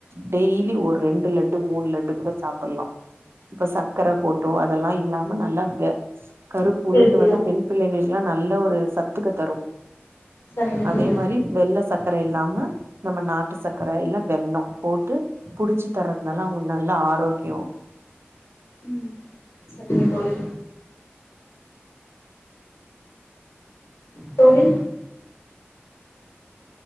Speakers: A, on the right; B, on the left.
A: டெய் ஒரு ரெண்டு லட்டு மூணு லட்டு கூட சாப்பலா இப்ப சக்கர போட்டோ அதெல்லா இல்லாம ரொம்ப நல்லா கருப்பு உளுந்து
B: ஹெல்த்தியா
A: வந்து பெண் பிள்ளைங்களுக்குலா நல்ல ஒரு சத்துக்க தரு
B: சரிங்க
A: அதே
B: தோழி
A: மாரி வெள்ள சக்கரை இல்லாம நம்ம நாட்டு சக்கரை இல்ல வெள்ளம் போட்டு புடிச்சு தர்துனால அவங்களுக்கு நல்ல ஆரோக்கியோ
B: ம் சரிங்க தோழி தோழி